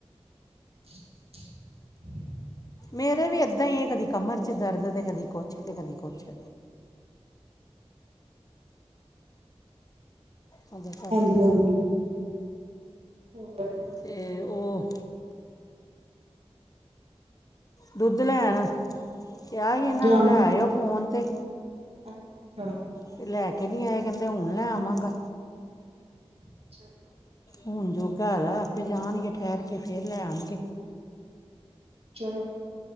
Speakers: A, on the right; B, on the left.
A: <unintelligible>
B: ਮੇਰਾ ਵੀ ਏਦਾਂ ਹੀ ਹੈ। ਕਦੀ ਕਮਰ ਚ, ਦਰਦ ਤੇ, ਕਦੀ ਕੁਛ ਤੇ, ਕਦੀ ਕੁਛ। ਉਹਦੇ ਕਰਕੇ
A: ਹਾਂਜੀ ਹਾਂਜੀ ਹੋਰ।
B: ਅਤੇ ਉਹ ਦੁੱਧ ਲੈਣ ਕਿਹਾ ਸੀ। ਇਹਨਾਂ
A: ਜਾਣਾ
B: ਨੂੰ ਲੈ ਆਇਓ ਫੋਨ ਤੇ
A: ਅੱਛਾ।
B: ਤੇ ਲੈ ਕੇ ਨਹੀ ਆਏ। ਕਹਿੰਦੇ ਹੁਣ ਲੈ ਆਵਾਂਗਾ।
A: <unintelligible>
B: ਹੁਣ, ਜੋਗਾ ਹੈਗਾ ਆਪੇ ਜਾਣਗੇ। ਠਹਿਰ ਕੇ ਫੇਰ ਲੈ ਆਉਣਗੇ।
A: ਹਮ ਚਲੋ